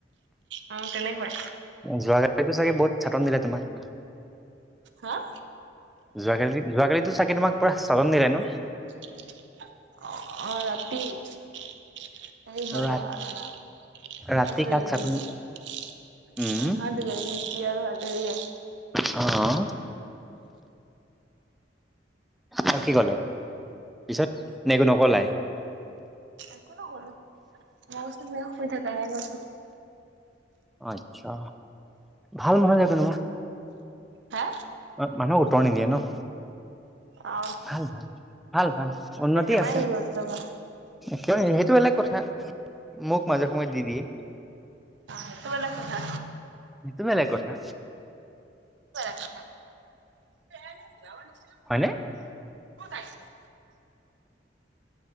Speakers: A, on the right (about 75°); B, in the centre.
A: অ তেনেকুৱাই
B: যোৱাকালি চাগে বহুত চাটন দিলে তোমাক।
A: হাঁ?
B: যোৱাকালি, যোৱাকালি টো চাগে তোমাক পুৰা চাটন দিলে ন?
A: অঁ-অঁহ', - ৰাতি। সিহঁতে
B: ৰা
A: আঁহ
B: ৰাতি কাক চাটন
A: নেকি আৰু
B: উম
A: হেৰিয়ে
B: অ আৰু কি কলে পিছত নে একো নকলে
A: একো নকলো মই কৈছো তুমি এ শুই থাকা এনেকে কৈছো
B: আচ্ছা ভাল নহয় যে তেনকা
A: হা
B: অ মানুহক উত্তৰ নিদিয়ে ন
A: আ
B: ভাল ভাল ভাল ভাল উন্নতি
A: একেবাৰে
B: আছে
A: নিগুৰুত্ব কৰা
B: কিয় নিদিব সেইটো বেলেগ কথা মোক মাজে সময়ে দি দিয়ে
A: অ সেইটো বেলেগ কথা
B: সেইটো বেলেগ কথা
A: কি কৰা টকা <unintelligible>
B: হয়নে
A: কত আহিছে